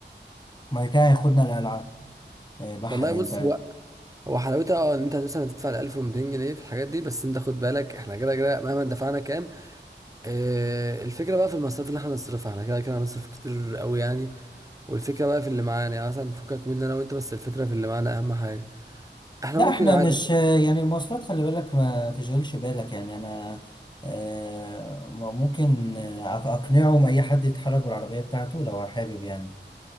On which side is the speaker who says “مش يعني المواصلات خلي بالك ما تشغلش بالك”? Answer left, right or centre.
Left